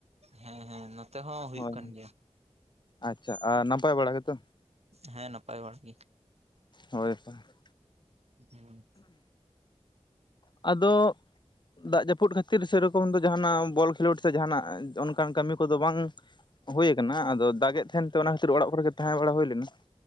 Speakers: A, on the right; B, on the left.
A: ᱦᱮᱸ ᱦᱮᱸ ᱱᱚᱛᱮ ᱦᱚᱸ ᱦᱩᱭᱩᱜ
B: ᱦᱳᱭ
A: ᱠᱟᱱ ᱜᱮᱭᱟ᱾
B: ᱟᱪᱪᱷᱟ ᱟᱨ ᱱᱟᱯᱟᱭ ᱵᱟᱲᱟ ᱜᱮᱛᱚ᱾
A: ᱦᱮᱸ ᱱᱟᱯᱟᱭ ᱵᱟᱲᱟ ᱜᱮ᱾
B: ᱦᱳᱭ <unintelligible>
A: ᱦᱩᱸ
B: ᱟᱫᱚ ᱫᱟᱜ ᱡᱟᱹᱯᱩᱫ ᱠᱷᱟᱹᱛᱤᱨ ᱥᱮᱨᱚᱠᱚᱢ ᱫᱚ ᱡᱟᱦᱟᱱᱟᱜ ᱵᱚᱞ ᱠᱷᱮᱞᱳᱰ ᱥᱮ ᱡᱟᱦᱟᱱᱟᱜ ᱚᱱᱠᱟᱱ ᱠᱟᱹᱢᱤ ᱠᱚᱫᱚ ᱵᱟᱝ - ᱦᱳᱭ ᱠᱟᱱᱟ᱾ ᱟᱫᱚ ᱫᱟᱜᱮᱫ ᱛᱟᱦᱮᱱ ᱛᱮ, ᱚᱱᱟ ᱠᱷᱟᱹᱛᱤᱨ ᱚᱲᱟᱜ ᱠᱚᱨᱮ ᱜᱮ ᱛᱟᱦᱮᱸ ᱵᱟᱲᱟ ᱦᱩᱭ ᱞᱮᱱᱟ ᱾